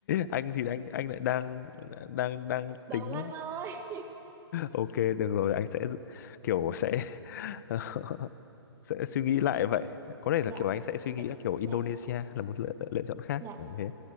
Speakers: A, on the left; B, on the right.
A: anh thì anh anh lại đang đang đang
B: đừng
A: tính
B: anh ơi
A: ok được rồi anh sẽ dự- kiểu sẽ <laughs> sẽ suy nghĩ lại vậy có thể
B: dạ
A: là kiểu anh sẽ suy nghĩ
B: dạ
A: là kiểu Indonesia
B: dạ
A: là một lựa, lựa chọn khác
B: dạ.
A: kiểu như thế